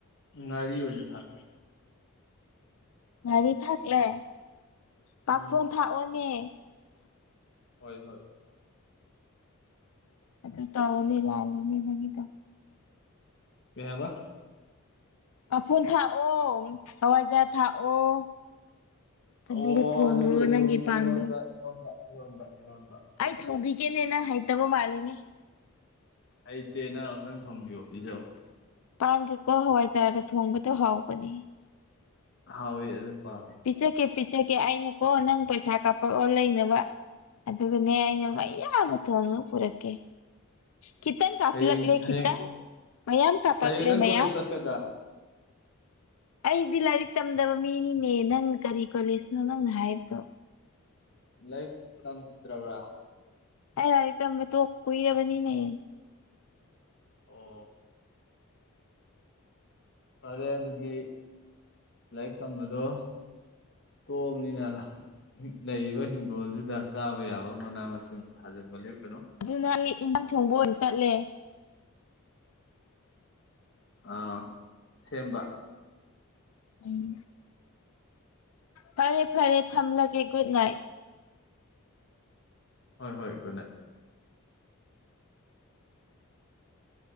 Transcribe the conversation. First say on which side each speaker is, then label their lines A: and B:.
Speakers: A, on the left (about 55°); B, on the left (about 80°).
A: ꯉꯥꯔꯤ ꯑꯣꯏꯅ ꯊꯥꯈꯤ
B: ꯒꯥꯔꯤ ꯊꯥꯛꯂꯦ ꯄꯥꯈꯣꯟ
A: ꯎꯝ
B: ꯊꯥꯛꯑꯣꯅꯦ
A: ꯍꯣꯏ ꯍꯣꯏ
B: ꯑ ꯇꯧ ꯂꯩ ꯂꯥꯜꯅꯤ ꯅꯗ
A: ꯀꯍꯕ
B: ꯑꯐꯨꯜ ꯊꯥꯛꯑꯣ ꯍꯋꯥꯏꯖꯥ ꯊꯥꯛꯑꯣ ꯑꯗꯨꯒ
A: ꯑꯣ
B: ꯊꯣꯡꯂꯣ
A: ꯑꯗꯨꯗꯣꯔ
B: ꯅꯪꯒꯤ ꯄꯥꯟꯗꯣ
A: ꯏꯔꯣꯟꯕ ꯏꯔꯣꯟꯕ ꯏꯔꯣꯟꯕ ꯏꯔꯣꯟꯕ
B: ꯑꯩ ꯊꯧꯕꯤꯒꯦꯅꯦꯅ ꯍꯩꯇꯕ ꯃꯥꯜꯂꯤꯅꯦ
A: ꯍꯩꯇꯦꯅ ꯑꯃꯝꯛꯇꯪ ꯊꯣꯡꯕꯤꯌꯣ ꯄꯤꯖꯧ
B: ꯄꯥꯟꯒꯦꯀꯣ ꯍꯋꯥꯏ ꯇꯥꯔꯒ ꯊꯣꯡꯕꯗꯣ ꯍꯥꯎꯕꯅꯦ
A: ꯍꯥꯎꯋꯦ ꯑꯗꯨ ꯄꯥꯝꯃꯦ
B: ꯄꯤꯆꯀꯦ ꯄꯤꯆꯀꯦ ꯑꯩꯅꯀꯣ ꯅꯪ ꯄꯩꯁꯥ ꯀꯥꯞꯄꯛꯑꯣ ꯂꯩꯅꯕ ꯑꯗꯨꯒꯅꯦ ꯑꯩꯅ ꯃꯌꯥꯝꯕ ꯊꯣꯡꯉ ꯄꯨꯔꯛꯀꯦ ꯈꯤꯇꯪ ꯀꯥꯞꯂꯛꯂꯦ
A: ꯍꯌꯦꯡ
B: ꯈꯤꯇꯪ
A: ꯍꯌꯦꯡ
B: ꯃꯌꯥꯝ ꯀꯥꯞꯂꯛꯂꯦ
A: ꯍꯌꯦꯡ ꯅꯪ
B: ꯃꯌꯥꯝ
A: ꯀꯣꯂꯦꯖ ꯆꯠꯀꯗ꯭ꯔꯥ
B: ꯑꯩꯗꯤ ꯂꯥꯏꯔꯤꯛ ꯇꯝꯗꯕ ꯃꯤꯅꯤ ꯪꯅꯦ ꯅꯪꯅ ꯀꯔꯤ ꯀꯣꯂꯦꯁꯅꯣ ꯅꯪꯅ ꯍꯥꯏꯕꯗꯣ
A: ꯂ ꯂꯩꯛ ꯇꯝ ꯆꯤꯗ꯭ꯔꯕ
B: ꯑꯩ ꯂꯥꯏꯔꯤꯛ ꯇꯝꯝꯕ ꯇꯣ ꯀꯨꯏꯔꯕꯅꯤꯅꯦ
A: ꯑꯣ ꯐꯔꯦ ꯑꯗꯨꯗꯤ ꯂꯥꯏꯔꯤꯛ ꯇꯝꯕꯗꯣ ꯇꯣꯛꯑꯕꯅꯤꯅ ꯂꯩꯔꯤꯕ ꯍꯤꯡꯒꯣꯜꯗꯨꯗ ꯆꯥꯕ ꯌꯥꯕ ꯃꯅꯥ ꯃꯁꯤꯡ ꯊꯥꯖꯤꯟꯕ ꯂꯦꯞꯀꯅꯨ
B: ꯑꯗꯨꯅ ꯑꯩ ꯏꯟꯖꯥꯡ ꯊꯣꯡꯕ ꯑꯣꯏꯅ ꯆꯠꯂꯦ
A: ꯑꯥ ꯁꯦꯝꯕ
B: ꯎꯝ ꯐꯔꯦ ꯐꯔꯦ ꯊꯝꯂꯒꯦ ꯒꯨꯠ ꯅꯥꯏꯠ
A: ꯍꯣꯏ ꯍꯣꯏ ꯒꯨꯠ ꯅꯥꯏꯠ